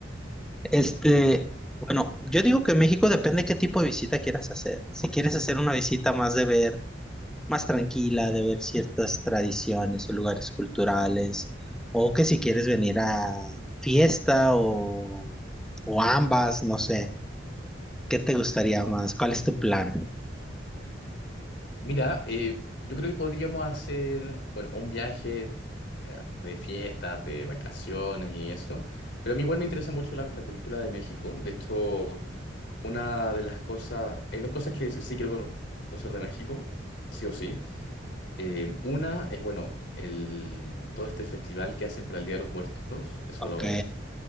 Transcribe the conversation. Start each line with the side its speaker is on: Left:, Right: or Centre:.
Centre: Este, bueno, yo digo que México depende qué tipo de visita quieras hacer. Si quieres hacer una visita más de ver, más tranquila, de ver ciertas tradiciones o lugares culturales, o que si quieres venir a fiesta o, o ambas, no sé, ¿qué te gustaría más? ¿Cuál es tu plan?
Left: Mira, eh, yo creo que podríamos hacer, bueno, un viaje eh, de fiestas, de vacaciones y eso, pero a mí igual me interesa mucho la, la cultura de México. De hecho, una de las cosas, hay dos cosas que sí quiero conocer de México, sí o sí. Eh, una es, bueno, el, todo este festival que hacen para el Día de los Muertos, eso
Centre: Ok.
Left: lo